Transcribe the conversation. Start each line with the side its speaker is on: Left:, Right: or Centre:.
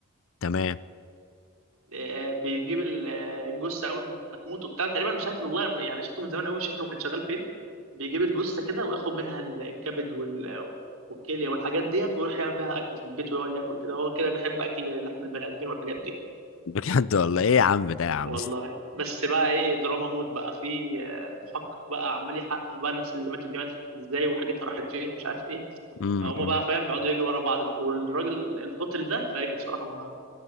Left: تمام
Right: آه بيجيب ال- آه، الجثه اول ما تموت وبتاع تقريبا مش فاكر والله يعني شفته من زمان قوي مش فاكر هو كان شغال فين بيجيب الجثه كده وياخد منها الكبد وال والكليه والحاجات ديت ويروح يعمل بيها اكل في البيت ويقعد ياكل كده هو كده بيحب اكل لحم البني ادمين والحاجات دي
Left: بجد والله ايه يا عم ده يا عم
Right: والله بس بقى ايه دراما مود بقى في آه، محقق بقى عمال يحقق بقى الناس اللي ماتت دي ماتت ازاي وحاجتها راحت فين ومش عارف ايه
Left: أمم،
Right: فهم
Left: أمم.
Right: بقى فاهم بيقعدوا يجروا ورا بعض بقى والراجل القاتل ده فاجر بصراحه ما